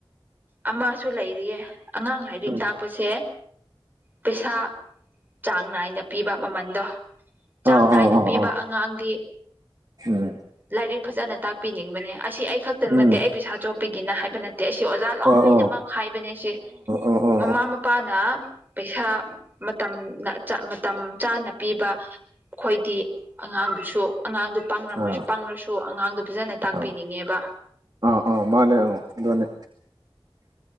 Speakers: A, on the right (about 20°); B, on the right (about 45°).
A: ꯑꯃꯁꯁꯨ ꯂꯩꯔꯤꯌꯦ ꯑꯉꯥꯡ ꯂꯥꯏꯔꯤꯛ
B: ꯑꯥ
A: ꯇꯥꯛꯄꯁꯦ ꯄꯩꯁꯥ ꯆꯥꯡ ꯅꯥꯏꯅ ꯄꯤꯕ ꯃꯃꯟꯗꯣ ꯆꯥꯡ
B: ꯑꯥ
A: ꯅꯥꯏꯅ
B: ꯑꯥ
A: ꯄꯤꯕ
B: ꯑꯥ
A: ꯑꯉꯥꯡꯗꯤ
B: ꯎꯝ
A: ꯂꯥꯏꯔꯤꯛ ꯐꯖꯅ ꯇꯥꯛꯄꯤꯅꯤꯡꯕꯅꯦ ꯑꯁꯤ ꯑꯩ ꯈꯛꯇ
B: ꯎꯝ
A: ꯅꯠꯇꯦ ꯑꯩ ꯄꯩꯁꯥ ꯆꯣꯄꯤꯒꯤꯅ ꯍꯥꯏꯕ ꯅꯠꯇꯦ ꯑꯁꯤ ꯑꯣꯖꯥ ꯂꯣꯏ ꯂꯣꯏꯅꯃꯛ
B: ꯑꯥ ꯑꯥ
A: ꯍꯥꯏꯕꯅꯦ ꯁꯤꯦ
B: ꯑꯥ ꯑꯥ ꯑꯥ ꯑꯥ ꯑꯥ ꯑꯥ ꯑꯥ
A: ꯃꯃꯥ ꯃꯄꯥꯅ ꯄꯩꯁꯥ ꯃꯇꯝ ꯃꯇꯝ ꯆꯥꯅ ꯄꯤꯕ ꯑꯩꯈꯣꯏꯗꯤ ꯑꯉꯥꯡꯗꯨꯁꯨ ꯑꯉꯥꯡꯗꯨ ꯄꯥꯡꯉꯝꯃꯁꯨ
B: ꯑꯥ
A: ꯄꯥꯡꯉꯁꯨ ꯑꯉꯥꯡꯗꯣ ꯐꯖꯅ ꯇꯥꯛꯄꯤꯅꯤꯡꯉꯦꯕ
B: ꯑꯥ ꯑꯥ ꯑꯥ ꯃꯥꯅꯦ ꯑꯥ ꯑꯗꯨꯅꯦ